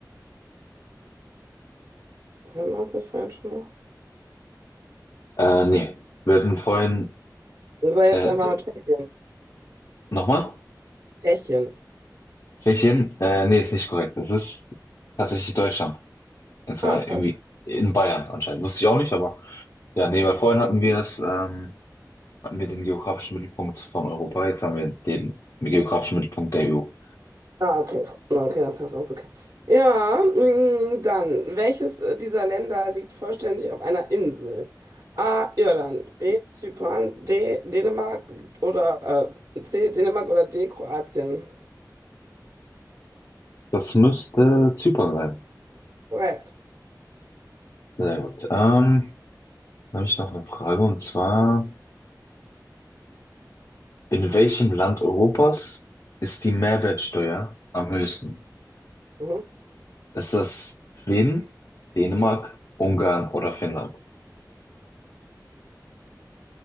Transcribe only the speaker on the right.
Hatten wir das nicht vorhin schon mal?
Und sei jetzt
einfach
mit Tschechien.
Tschechien.
Ah, krass.
Ah, okay. Okay, das ist alles okay. Ja, mm, dann, welches dieser Länder liegt vollständig auf einer Insel? A. Irland, B. Zypern, D. Dänemark oder äh, C. Dänemark oder D. Kroatien.
Korrekt.
Mhm.